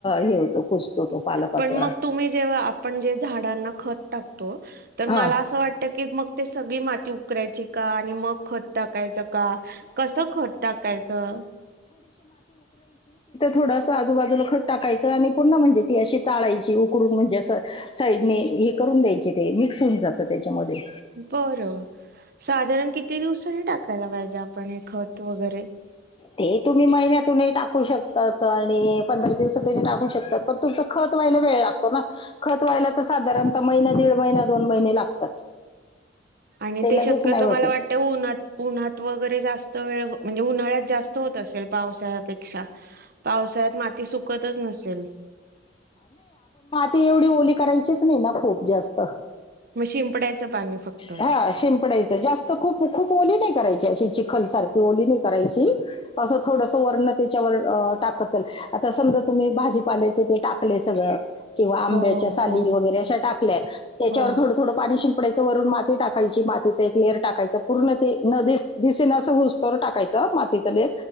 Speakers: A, on the left; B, on the right.
A: हे होतो. कुजतो तो पाला पाचोळा
B: पण मग तुम्ही जेव्हा आपण जे झाडांना खत टाकतो, तर
A: हा
B: मला असं वाटत की मग ते सगळी माती उकरायची का आणि मग खत टाकायचं, का कसं खत टाकायचं?
A: थोडस आजूबाजूला खत टाकायचं आणि पूर्ण म्हणजे ती अशी चाळायची उकरून म्हणजे असं साईडने हे करून द्यायचे ते मिक्स होऊन जातं, त्याच्यामध्ये.
B: बरं. साधारण किती दिवसाांनी टाकायला पाहिजे आपण हे खत वगैरे.
A: ते तुम्ही महिन्यातूनही टाकू शकतात. आणि पंधरा दिवसातूनही टाकू शकतात. पण तुमच खत व्हायला वेळ लागतो ना. खत व्हायला त साधारणत महिना दीड महिना दोन महिने लागतात.
B: आणि ते
A: लगेच
B: शक्यतो
A: नाही होते
B: मला वाटतं उन्हात उन्हात वगैरे जास्त वेळ म्हणजे उन्हाळ्यात जास्त होत असेल, पावसाळ्यापेक्षा पावसाळ्यात माती सुकतच नसेल.
A: ती एवढी ओली करायचीच नाही ना खूप जास्त.
B: मग शिंपडायचं पाणी फक्त.
A: हा शिंपडायचं जास्त खूप खूपली ओली नाय नाही करायची अशी चिखल सारखी ओली नाही करायची, असं थोडस वर्ण त्याच्यावर अ टाकत चल आता समजा तुम्ही भाजीपाल्यायचे ते टाकले सगळं. किंवा आंब्याच्या
B: हो
A: साली
B: हो
A: वगैरे अशा टाकल्या त्याच्यावर
B: हो
A: थोडं थोडं पाणी शिंडय वरुण माती टाक यची मातीच एक लेअर टाकायचा. पूर्ण ते न दिस दिसेनास हसतोर टाकायचं मातीच लेअर